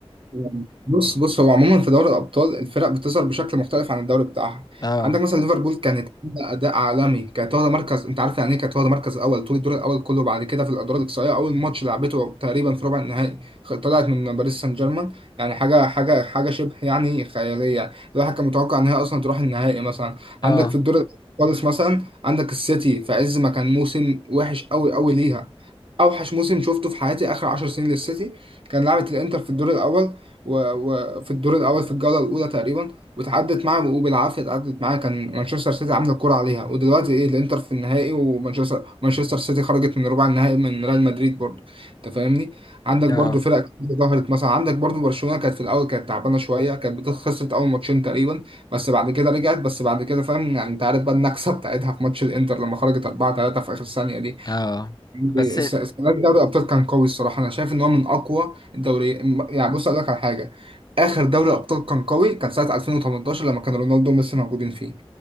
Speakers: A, on the right; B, on the left.
A: يعني بص بص هو عموما في دوري الابطال الفرق بتظهر بشكل مختلف عن الدوري بتاعها
B: اه
A: عندك مثلا ليفربول كانت عاملة اداء عالمي كانت واخده مركز انت عارف يعني ايه كانت واخده مركز اول طول الدور الاول كله بعد كده في الادوار الاقصائيه اول ماتش لعبته تقريبا في ربع النهائي خ- طلعت من باريس سان جيرمان يعني حاجه حاجه حاجه شبه يعني خياليه الواحد كان متوقع ان هي اصلا تروح النهائي مثلا
B: اه
A: عندك في الدور خالص مثلا عندك السيتي في عز ما كان موسم وحش قوي قوي ليها اوحش موسم شفته في حياتي اخر 10 سنين للسيتي كان لعبة الانتر في الدور الاول وفي الدور الاول في الجوله الاولى تقريبا وتعدت معاه وبالعافيه اتعدت معاه كان مانشستر سيتي عامله الكوره عليها ودلوقتي ايه الانتر في النهائي ومانشستر مانشستر سيتي خرجت من ربع النهائي من ريال مدريد برضو انت فاهمني عندك
B: اه
A: برضو فرق كتير ظهرت مثلا عندك برضو برشلونه كانت في الاول كانت تعبانه شويه كانت بت- خسرت اول ماتشين تقريبا بس بعد كده رجعت بس بعد كده فاهم يعني انت عارف بقى النكسه بتاعتها في ماتش الانتر لما خرجت 4 3 في اخر ثانيه دي
B: اه بس
A: الس- السنه دي دوري الابطال كان قوي الصراحه انا شايف ان هو من اقوى الدوري يعني بص اقول لك على حاجه اخر دوري ابطال كان قوي كان سنه 2018 لما كان رونالدو وميسي موجودين فيه